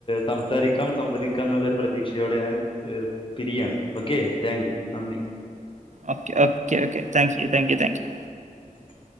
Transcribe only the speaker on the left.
സംസാരിക്കാം സംവദിക്കാം എന്നുള്ള പ്രതീക്ഷയോടെ പിരിയാണ് ഓക്കെ താങ്ക്യു നന്ദി
okay